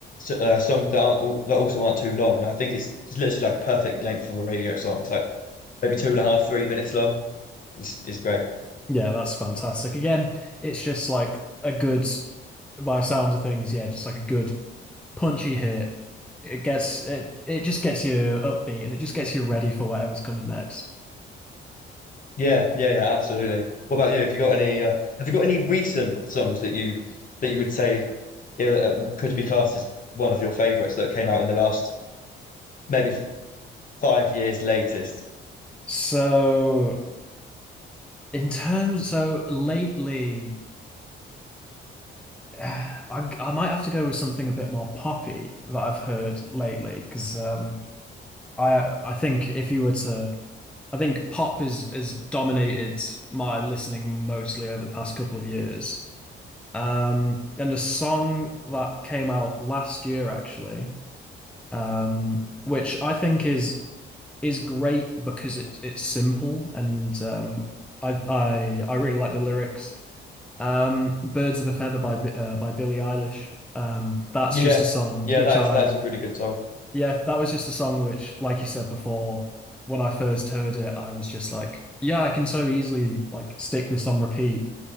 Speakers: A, on the left (about 45°); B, in the centre.
A: uh, songs that aren't that also aren't too long. And I think it's, it's literally like a perfect length of a radio song. It's like maybe two and a half three minutes long. It's it's great.
B: Yeah, that's fantastic. Again, it's just like a good, by sounds of things, yeah, just like a good punchy hit. It gets it it just gets you upbeat and it just gets you ready for whatever's coming next.
A: Yeah, yeah, yeah, absolutely. What about you? Have you got any? Uh, have you got any recent songs that you that you would say uh, uh, could be classed as one of your favorites that came out in the last maybe f- five years latest?
B: So in terms, so lately, <sighs> I'm I might have to go with something a bit more poppy that I've heard lately because um I I think if you were to I think pop is is dominated my listening mostly over the past couple of years. Um, and a song that came out last year actually, um, which I think is is great because it's it's simple and um, I I I really like the lyrics. Um, Birds of a Feather by Bi- uh, by Billie Eilish. Um, that's
A: Yeah,
B: just a song
A: yeah,
B: which
A: that
B: I
A: is that's a really good song.
B: yeah, that was just a song which, like you said before, when I first heard it, I was just like, yeah, I can so easily like stick this on repeat.